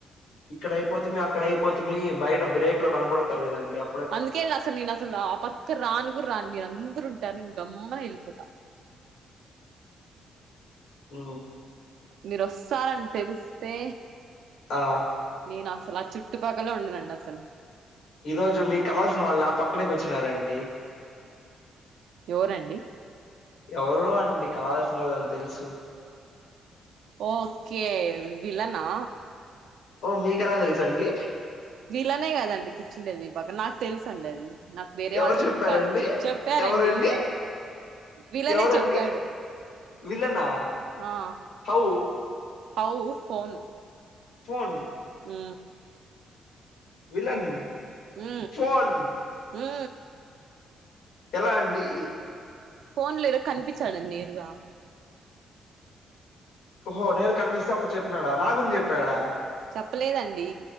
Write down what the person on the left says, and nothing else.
ఇక్కడైపోతిమీ అక్కడైపోతిమీ బయట బ్రేక్ లో కనపడతరు కదండి అ
ఉ
ఆ
ఈ రోజు మీకావల్సిన వాళ్ళు నా పక్కనే కూర్చున్నారండి
ఎవరో అండి కావల్సిన వాళ్ళని తెలుసు
ఓ మీకెలా తెలుసండి
ఎవరు
చెప్పారండి
ఎవరండి
ఎవరండి
విలనా
హౌ
ఫోన్
విలన్
ఫోన్
ఎలా అండి
హొ నేను కనిపిస్తే అప్పుడు చెప్పినాడా నా గుని చెప్పాడా